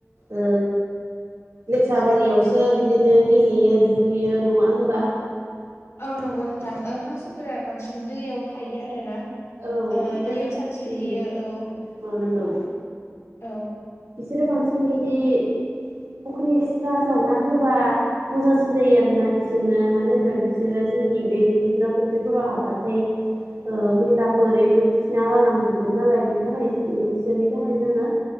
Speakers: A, on the right; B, on the left.
A: ओ लेथ्रा बारियावसो बिदिनो गेलेयो दुगैयो नङा होनबा।
B: औ नंगौ नोंथां ओ-हांसोफोरा बांसिन दैयाव थायो आरो ना।
A: औ
B: ओ-दैयाव
A: माने
B: सानस्रिहैयो
A: उम
B: औ
A: नंगौ नंगौ
B: औ।
A: बिसोरो बांसिन इदि फुख्रि एक्सट्रा जावना होबा। मोजांसिन जायो आरोना बिसोरनो मानो होनबा बिसोरो जोंनि बे दुगैग्रा फख्रिफोराव हाबा। थाय ओ-मैलाफोर एमनो खिना गालांजोबगोन नालाय बेनि थाखाय इसोरनि थाखाय जोङो।